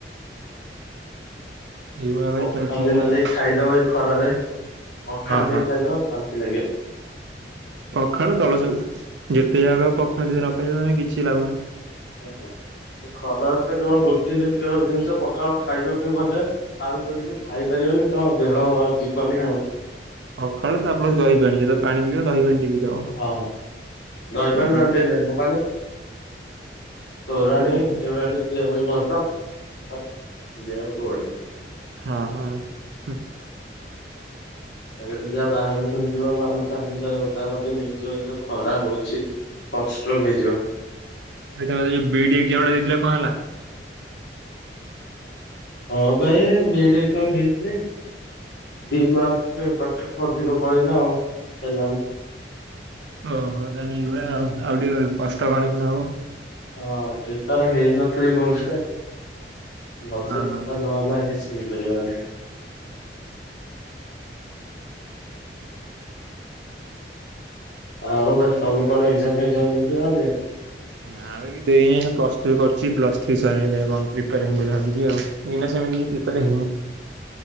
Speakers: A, on the right; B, on the left.
A: ଏଇଭଳିଆ ଭାଇ
B: ପଖାଳ
A: ଚାଲିଛି
B: ଦିନ
A: ତାନେ
B: ଯେ
A: ଆଉ।
B: ଖାଇଦବ ଏ ଖରାରେ ପଖାଳ
A: ହଁ
B: ଟିକେ
A: ହଁ
B: ଖାଇଦବ ଶାନ୍ତି ଲାଗିବ।
A: ପଖାଳ ତଳ ସବୁ ଯେତେ ଯାହା କହିବ ପଖାଳ ଯଦି ନ ଖାଇଛ ତାହେଲେ କିଛି ଲାଭନାହିଁ।
B: ଆଜ୍ଞା ଏ ଖରାରେ ତ କେବଳ ଗୋଟିଏ କେବଳ ଜିନିଷ ପଖାଳ ଖାଇବାକୁ ହିଁ ଭଲଲାଗିବ। ଆଉ ତ କିଛି ଖାଇପାରିବନି ତ ଦେହ ଯିବନି ଆଉ।
A: ପଖାଳ ତାପରେ ଦହିପାଣି ଯେତେବେଳେ ପାଣି ପିଇବ ଦହିପାଣି ଟିକେ ପିଇଦବ।
B: ହଁ ଦହିପାଣି
A: ଏଇ ଦିଟା
B: ନହେଲେ ଟିକେ ଲେମ୍ବୁ ପାଣି। ତୋରାଣୀ
A: ଏଇ ଦିଟା
B: ଏଇଭଳିଆ ଟିକେ ପିଇବା ପାଇଁ ଭଲ ଦେହକୁ ବଢିଆ।
A: ହଁ ହଁ। ହୁଁ
B: ଆଉ ଯେତେବଳେ ଯିବା ବାହାରକୁ ଫୁଣି ଯିବ ଗାମୁଛା ଫାମୁଛା ଓଦା କରିକି ନେଇକି ଯିବ ଏ ଯୋଉ ଖରା ହଉଛି। ସନଷ୍ଟ୍ରୁକ ହେଇଯିବ।
A: ଭାଇ ତମେ ଯୋଉ ବି ଇ ଡି ଏକ୍ଜାମ ଟା ଦେଇଥିଲ କଣ ହେଲା?
B: ହଁ ଭାଇ ବି ଇ ଡି ଏଗଜାମ୍ ଦେଇଥିଲି। ଦି ମାର୍କ କଟଅଫ୍ ଅଧିକ ପଳେଇଲା ଆଉ ହେଲାନି।
A: ଓହୋ ତାହେଲେ ଏଇଭଳିଆ ଆଉ ଟିକେ କଷ୍ଟ କଲେ ସିନା ହବ।
B: ହଁ ପ୍ରିପେୟାର ହେଇନଥିଲି ଭଲସେ। ଭଲସେ
A: ହଁ
B: ପ୍ରିପେୟାର
A: ହଁ।
B: ନହେଲେ କିଛିବି ହେଇପାରିବନି। ଆଉ ଭାଇ ତମେ କଣ ଏକ୍ସାମ ଫେକଜାମ ଦେଇଥିଲ ନା ଦେଇନ?
A: ନାଁ। ଭାଇ କିଛି ଦେଇନି, ଏଇନା ପ୍ଲସ ଥ୍ରି କରୁଛି। ପ୍ଲସ୍ ଥ୍ରୀ ସଇଲେ ଦେଖିଆ କଣ ପ୍ରିପେୟାର ହେବି ବୋଲି ଭାବୁଛି ଆଉ। ଏଇନା ସେମିତିି କିଛି ପ୍ରିପେୟାର ହେଇନି